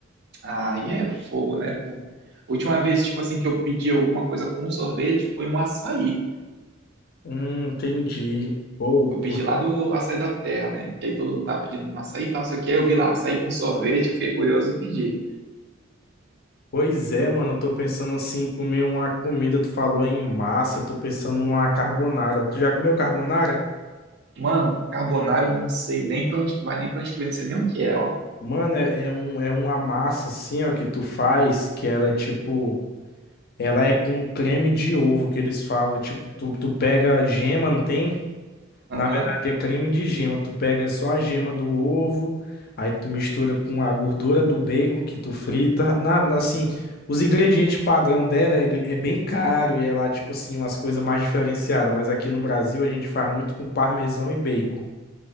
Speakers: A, on the right; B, on the left.
A: Aí é fogo, né, pô? Última vez, tipo assim, que eu pedi alguma coisa com sorvete foi um açaí.
B: Hum, entendi. Pô,
A: Eu pedi
B: curto.
A: lá do açaí da terra, né? Que aí todo mundo tava pedindo um açaí e tal, não sei o que. Aí eu vi lá açaí com sorvete, eu fiquei curioso e pedi.
B: Pois é, mano. Eu tô pensando assim, em comer uma comida. Tu falou em massa, eu tô pensando numa carbonara. Tu já comeu carbonara?
A: Mano, carbonara eu não sei nem pra onde que vai, nem pra onde que vem, não sei nem o que é, ó.
B: Mano, é, é um, é uma massa assim, ó, que tu faz, que ela é tipo. Ela é com creme de ovo, que eles falam. É tipo, tu, tu pega a gema, não tem?
A: Aham.
B: Na verdade, é creme de gema. Tu pega só a gema do ovo, aí tu mistura com a gordura do bacon que tu frita. Na, na- assim, os ingredientes padrão dela é, é bem caro e é lá, tipo assim, umas coisas mais diferenciadas. Mas aqui no Brasil a gente faz muito com parmesão e bacon.